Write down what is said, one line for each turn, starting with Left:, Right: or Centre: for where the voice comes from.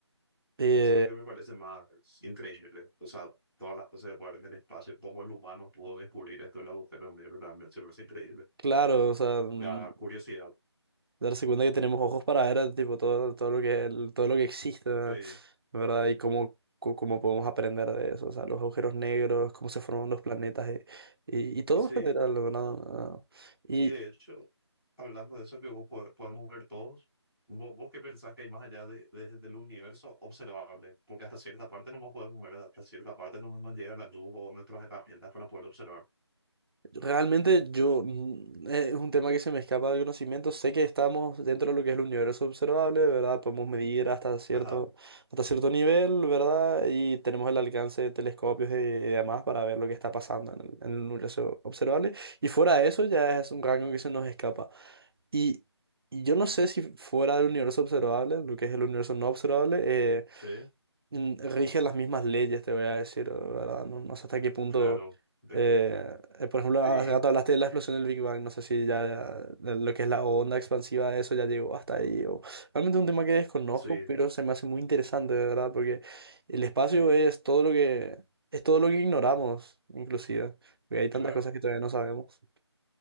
Right: Eh,
Centre: Eso es lo que me parece más increíble. O sea, todas las cosas que guardan en el espacio, cómo el humano pudo descubrir esto del agujero negro, también se me parece increíble.
Right: claro, o sea, mm,
Centre: La curiosidad.
Right: darse cuenta que tenemos ojos para ver eh, tipo todo, todo lo que el- todo lo que existe,
Centre: Sí.
Right: ¿verdad? Y cómo, co- cómo podemos aprender de eso, o sea, los agujeros negros, cómo se forman los planetas eh, y, y todo
Centre: Y sí,
Right: en general, ¿verdad? Ah, Y,
Centre: y de hecho, hablando de eso que vos po- podemos ver todos, ¿vo- ¿vos, qué pensás que hay más allá de, de- del universo observable? Porque hasta cierta parte no nos podemos ver, hasta cierta parte no nos llega la luz o nuestras herramientas para poder observar.
Right: Realmente yo mm, eh, es un tema que se me escapa de conocimiento. Sé que estamos dentro de lo que es el universo observable, ¿verdad? Podemos medir hasta cierto,
Centre: Ajá.
Right: hasta cierto nivel, ¿verdad? Y tenemos el alcance de telescopios y, y demás para ver lo que está pasando en el, en el universo observable. Y fuera de eso ya es un rango que se nos escapa. Y, y yo no sé si fuera del universo observable, lo que es el universo no observable, eh,
Centre: Sí,
Right: mm, rige las mismas leyes, te voy a decir, ¿verdad? No, no sé hasta qué punto.
Centre: claro. De
Right: eh,
Centre: que-
Right: eh, por ejemplo,
Centre: Sí,
Right: hace rato hablaste de la explosión del Big Bang. No sé si ya eh, lo que es la onda expansiva de eso ya llegó hasta ahí. O... Realmente es un tema que desconozco,
Centre: sí,
Right: pero se me hace muy interesante, de ¿verdad? Porque el espacio
Centre: sí,
Right: es todo lo que, es todo lo que ignoramos, inclusive. Porque hay tantas
Centre: claro.
Right: cosas que todavía no sabemos.